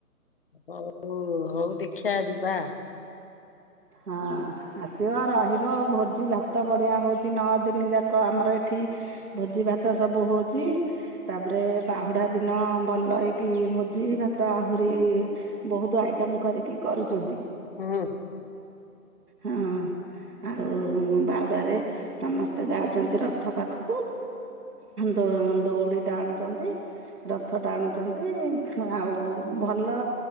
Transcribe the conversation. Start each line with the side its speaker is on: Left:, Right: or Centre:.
Left: ହଉ ହଉ ଦେଖିବା ଯିବା।
Right: ହଁ ଆସିବ ରହିବ ଭୋଜି ଭାତ ବଢ଼ିଆ ହଉଛି ନଅ ଦିନ ଯାକ ଆମର ଏଠି ଭୋଜି ଭାତ ସବୁ ହଉଛି। ତାପରେ ବାହୁଡ଼ା ଦିନ ଭଲ ହେଇକି ଭୋଜି ଭାତ ଆହୁରି ବହୁତ ଆଇଟମ କରିକି କରୁଛନ୍ତି
Left: ହୁଁ
Right: ହଁ ଆଉ ବାହୁଡାରେ ସମସ୍ତେ ଯାଉଛନ୍ତି ରଥ ପାଖକୁ ଦ ଦୌଡ଼ି ଟାଣୁଛନ୍ତି ରଥ ଟାଣୁଛନ୍ତି ଆଉ ଭଲ